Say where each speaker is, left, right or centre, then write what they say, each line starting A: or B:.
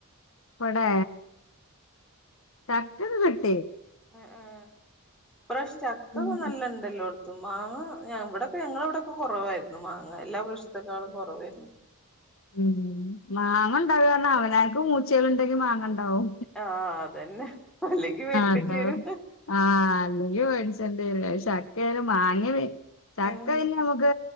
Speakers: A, on the left; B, in the centre.
A: ഇവടെ ചക്കൊക്കെ കിട്ടി.
B: ഉം. ഉം. ഇപ്രാശ് ചക് <unintelligible> ക്ക
A: ഉം
B: <unintelligible> നല്ലണ്ടല്ലോട്ത്തും മാങ്ങ ഞങ്ങളവെടക്കെഞങ്ങളവിടെ ഇപ്പ കൊറവായിരുന്നു മാങ്ങ. എല്ലാ പ്രാശത്തെക്കാളും കൊറവേര്ന്നു.
A: ഉം മാങ്ങ ഇണ്ടാവ പറഞ്ഞാ. അവനാ ൻക്ക് മൂച്യേള്ണ്ടെങ്കി മാങ്ങ ഇണ്ടാവും.
B: ആഹ് അതന്നെ. അല്ലെങ്കി വരിക്കട്ട്യെരും.
A: അതാവും ആഹ് അല്ലെങ്കി മേട്ച്ചെണ്ട്യേരും. അത് ചക്കയാലും മാങ്ങ ചക്ക
B: ഏഹ്
A: പിന്നമക്ക്